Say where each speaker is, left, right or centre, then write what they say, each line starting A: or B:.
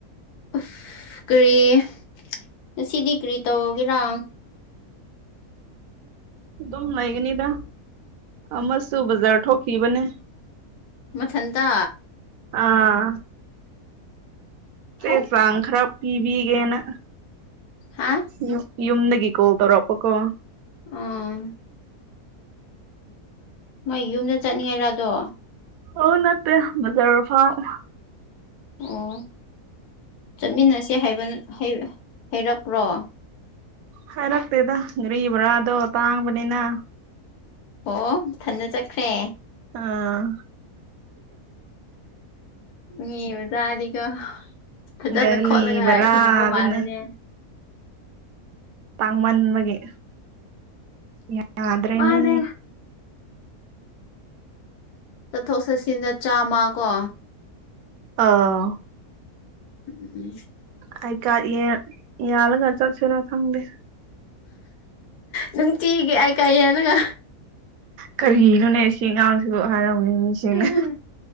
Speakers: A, on the left (about 80°); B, on the right (about 70°).
A: ꯎꯐ ꯀꯔꯤ ꯉꯁꯤꯗꯤ ꯀꯔꯤ ꯇꯧꯒꯦꯔꯥ
B: ꯑꯗꯨꯝ ꯂꯩꯒꯅꯤꯗ ꯑꯃꯁꯨ ꯕꯖꯥꯔ ꯊꯣꯛꯈꯤꯕꯅꯦ
A: ꯃꯊꯟꯇ
B: ꯑꯥ ꯆꯦ
A: ꯍꯩ
B: ꯆꯥꯕ ꯈꯔꯥ ꯄꯤꯕꯤꯒꯦꯅ
A: ꯍꯥ
B: ꯌꯨꯝ ꯌꯨꯝꯗꯒꯤ ꯀꯣꯜ ꯇꯧꯔꯛꯄꯀꯣ
A: ꯑꯥ ꯃꯥꯏ ꯌꯨꯝꯗ ꯆꯠꯅꯤꯡꯉꯥꯏꯔꯗꯣ
B: ꯍꯣ ꯅꯠꯇꯦ ꯃꯖꯔ ꯐꯥꯎ
A: ꯑꯣ ꯆꯠꯃꯤꯟꯅꯁꯦ ꯍꯥꯏꯕ ꯍꯥꯏꯔꯛꯄ꯭ꯔꯣ
B: ꯍꯥꯏꯔꯛꯇꯦꯗ ꯒꯔꯤ ꯕ꯭ꯔꯥꯗꯣ ꯇꯥꯡꯕꯅꯤꯅ
A: ꯑꯣ ꯃꯊꯟꯗ ꯆꯠꯈ꯭ꯔꯦ
B: ꯑꯥ
A: ꯃꯤ ꯃꯆꯥꯗꯤꯀꯣ ꯐꯖꯅ
B: ꯒꯥꯔꯤ
A: ꯈꯣꯠꯂꯒ
B: ꯕꯔꯥꯗꯨꯅ
A: ꯍꯤꯡꯕ ꯃꯥꯜꯂꯦꯅꯦ
B: ꯇꯥꯡ ꯃꯟꯕꯒꯤ ꯌꯥꯗ꯭ꯔꯦꯅꯦ
A: ꯃꯥꯅꯦ ꯆꯠꯊꯣꯛ ꯆꯠꯁꯤꯟꯗ ꯆꯥꯝꯃ ꯀꯣ
B: ꯑꯥꯎ
A: ꯎꯝ꯫
B: ꯑꯥꯏ ꯀꯥꯔꯗ ꯌꯥꯜ ꯌꯥꯜꯂꯒ ꯆꯠꯁꯦꯔ ꯈꯪꯗꯦ
A: ꯅꯨꯡꯇꯤꯒꯤ ꯑꯥꯏ ꯀꯥꯔꯗ ꯌꯥꯜꯂꯒ
B: ꯀꯔꯤꯅꯣꯅꯦ ꯁꯤ ꯑꯉꯥꯡꯁꯤꯕꯨ ꯍꯥꯏꯔꯝꯒꯅꯤ ꯃꯤꯁꯤꯡꯅ
A: ꯎꯝ